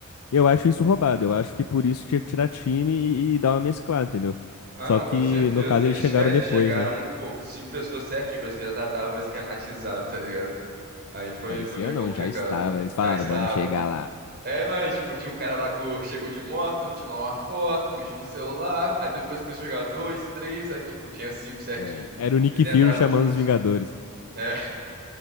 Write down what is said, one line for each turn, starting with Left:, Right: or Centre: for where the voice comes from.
Left: Eu acho isso roubado. Eu acho que por isso tinha que tirar time e, e dar uma mesclada, entendeu?
Right: Ah,
Left: Só
Right: não,
Left: que,
Right: com certeza.
Left: no caso,
Right: Eles,
Left: eles chegaram
Right: é, eles
Left: depois,
Right: chegaram,
Left: né?
Right: pô, com cinco pessoas certinho, parece que já tá- tava esquematizado, tá ligado? Aí foi,
Left: Parecia
Right: foi meio
Left: não,
Right: complicado.
Left: já estava. Eles falaram,
Right: Já estava.
Left: vamos chegar lá.
Right: É, não, e, tipo, tinha um cara lá que chegou de moto, tirou uma foto, mexeu no celular, aí depois começou a jogar dois, três, aí, tipo, tinha cinco certinho.
Left: É, Era o Nick
Right: Eles entraram
Left: Fury chamando
Right: juntos.
Left: os Vingadores.
Right: É,